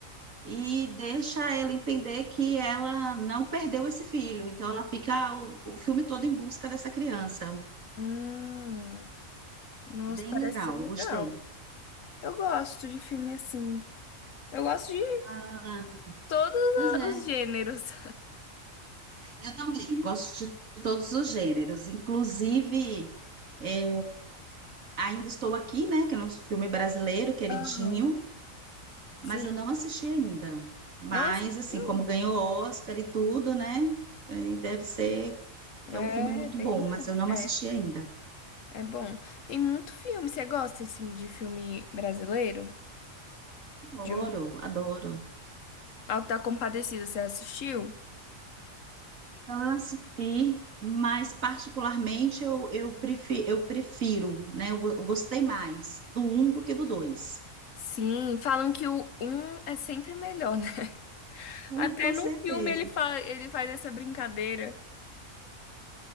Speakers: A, on the right; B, on the left.
A: e deixa ela entender que ela não perdeu esse filho, então ela fica o, o filme todo em busca dessa criança.
B: Hum, nossa,
A: Bem
B: parece
A: legal,
B: ser legal.
A: gostei.
B: Eu gosto de filme assim. Eu gosto de
A: Ah,
B: todos
A: pois é,
B: a- os gêneros.
A: Eu também gosto de todos os gêneros, inclusive é, Ainda Estou Aqui, né? Que é nosso filme brasileiro, queridinho,
B: Aham.
A: mas
B: Sim.
A: eu não assisti ainda. Mas,
B: Não assistiu?
A: assim, como ganhou Oscar e tudo, né? é, E deve ser
B: É
A: que é um filme muito
B: bem
A: bom, mas
B: bom.
A: eu não
B: É,
A: assisti ainda.
B: é bom. Tem muito filme. Você gosta, assim, de filme brasileiro? De
A: Adoro,
B: O
A: adoro.
B: Auto da Compadecida, você assistiu?
A: Ah, assisti, mas particularmente eu, eu, prefiro, eu prefiro, né? Eu, go- eu gostei mais do um do que do dois.
B: Sim, falam que o um é sempre melhor, né? <laughs>
A: Hum,
B: Até
A: Com
B: no
A: certeza.
B: filme ele, fa ele faz essa brincadeira.